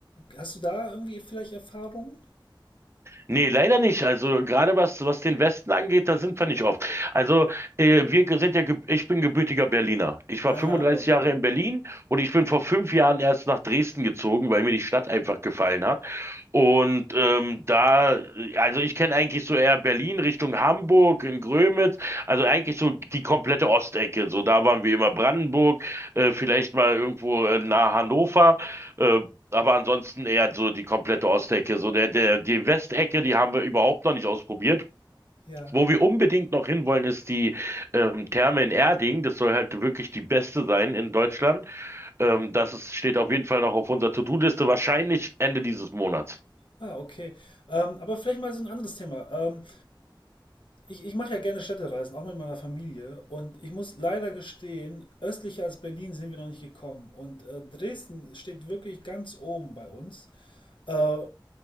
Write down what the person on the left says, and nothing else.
hast du da irgendwie vielleicht Erfahrungen?
Ah,
okay.
Ja.
Ah, okay. Ähm, aber vielleicht mal so ein anderes Thema. Ähm, ich ich mache ja gerne Städtereisen, auch mit meiner Familie. Und ich muss leider gestehen, östlicher als Berlin sind wir noch nicht gekommen. Und äh, Dresden steht wirklich ganz oben bei uns. Äh,